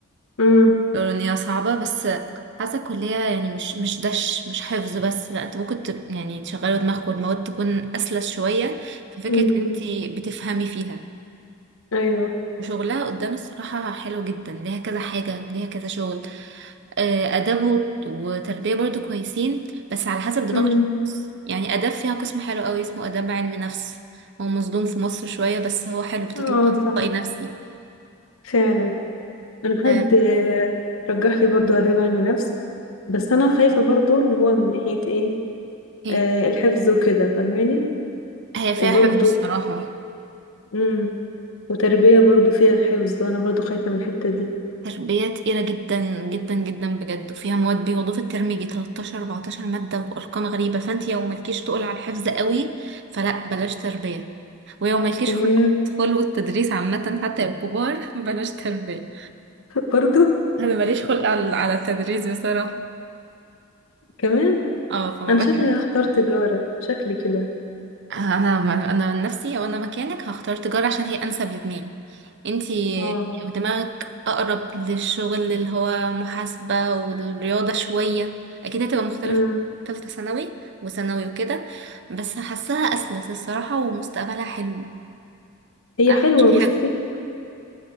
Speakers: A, on the left; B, on the right.
A: امم
B: يقولوا ان هي صعبة بس حاسة الكلية يعني مش مش دش مش حفظ بس لا انت ممكن تب يعني تشغلوا دماغك والمواد تكون اسلس شوية في فكرة
A: امم
B: ان
A: أمم.
B: انت بتفهمي فيها
A: ايوه
B: وشغلها قدام الصراحة حلو جدا ليها كذا حاجة ليها كذا شغل آه، آداب وت- وتربية برضو كويسين بس على حسب دماغ
A: امم
B: الشخص يعني آداب فيها قسم حلو قوي اسمه آداب علم نفس هو مظلوم في مصر شوية بس هو حلو بتطلع
A: اه صح
B: أخصائي نفسي
A: فعلا انا
B: آه،
A: حد آه، رجح لي برضو اداب علم نفس بس انا خايفه برضو اللي هو من ناحيه ايه
B: إيه.
A: آه الحفظ وكده فاهماني
B: هي فيها
A: وبرضه
B: حفظ الصراحة
A: امم وتربية برضه فيها حفظ انا برضه خايفة من الحتة دي
B: تربية تقيلة جدا جدا جدا بجد وفيها مواد بيوضوا في الترم يجي 13 14 مادة وأرقام غريبة فأنت لو مالكيش تقول على الحفظ قوي فلا بلاش تربية ولو مالكيش
A: ايه
B: خلق على الأطفال والتدريس عامة حتى الكبار <laughs> بلاش تربية
A: برضه
B: أنا ماليش خلق على على التدريس بصراحة
A: كمان
B: اه فما
A: انا شكلي
B: بحبش
A: هختار تجارة شكلي كده
B: أنا أنا عن نفسي لو أنا مكانك هختار تجارة عشان هي أنسب لدماغي انتي
A: اه
B: ودماغك أقرب للشغل اللي هو محاسبة والرياضة شوية أكيد هتبقى مختلفة
A: امم
B: عن تالتة ثانوي وثانوي وكده بس حاساها أسلس الصراحة ومستقبلها حلو
A: هي
B: أحسن
A: حلوة بصي
B: حاجة